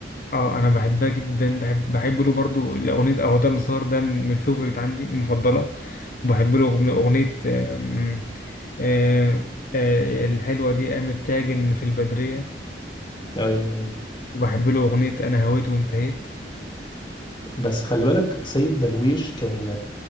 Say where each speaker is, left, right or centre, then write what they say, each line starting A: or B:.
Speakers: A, on the left; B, on the left.
A: اه انا بحبها جدا بحب بحب له برضو الاغنية او ده اللي صار ده من الفيفوريت عندي المفضلة بحب له أغن- اغنية آم، آه، آه، الحلوة دي قامت تاجن في البدرية
B: ايوه ايوه
A: وبحب له اغنية انا هويت وانتهيت
B: بس خلي بالك سيد درويش كان